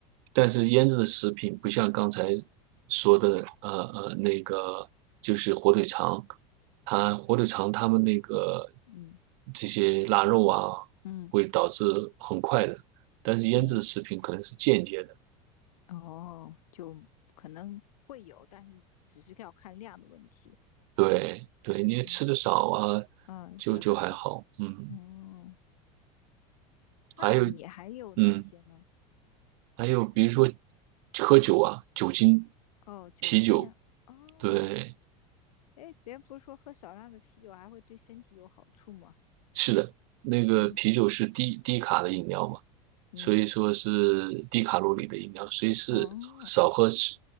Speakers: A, on the right (about 65°); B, on the left (about 85°).
A: 但是腌制的食品不像刚才说的，呃呃，那个就是火腿肠，它火腿肠它们那个
B: 嗯
A: 这些腊肉啊，
B: 嗯。
A: 会导致很快的，但是腌制的食品可能是间接的，
B: 嗯哦，就可能会有，但是只是要看量的问题。
A: 对对，你吃的少啊，
B: 嗯嗯，
A: 就就还好，
B: 就还好。
A: 嗯，
B: 哦，那你还有哪些呢？
A: 还有嗯，还有比如说喝酒啊，酒精，
B: 哦，酒精。
A: 啤酒，
B: 哦，
A: 对。
B: 哎，别人不是说喝少量的啤酒还会对身体有好处吗？
A: 是的，那个啤酒是低低卡的饮料嘛，
B: 嗯嗯，
A: 所以说是低卡路里的饮料，所以是少喝是
B: 哦，